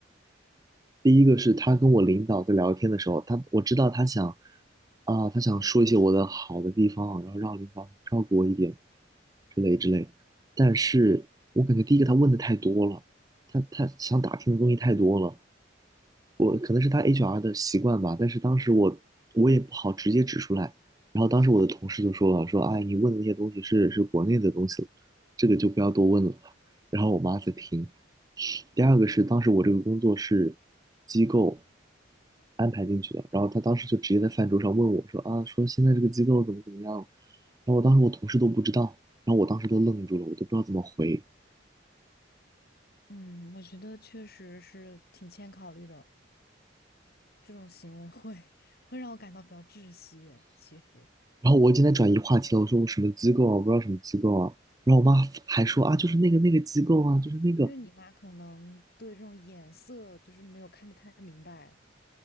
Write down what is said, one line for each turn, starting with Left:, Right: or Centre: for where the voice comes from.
Right: 第一个是他跟我领导在聊天的时候，他我知道他想啊、他想说一些我的好的地方，然后让领导照顾我一点之类之类。但是我感觉第一个他问的太多了，他他想打听的东西太多了，我可能是他 HR 的习惯吧。但是当时我我也不好直接指出来，然后当时我的同事就说了，说哎，你问的那些东西是是国内的东西了这个就不要多问了。然后我妈在听，第二个是当时我这个工作是机构安排进去的，然后他当时就直接在饭桌上问我说啊，说现在这个机构怎么怎么样，然后我当时我同事都不知道，然后我当时都愣住了，我都不知道怎么回，
Left: 嗯，我觉得确实是挺欠考虑的，这种行为会会让我感到比较窒息诶。其实，
Right: 然后我今天转移话题了，我说我什么机构啊，我不知道什么机构啊，然后我妈还说啊，就是那个那个机构啊，就是那个
Left: 就是你妈可能对这种眼色就是没有看得太明白。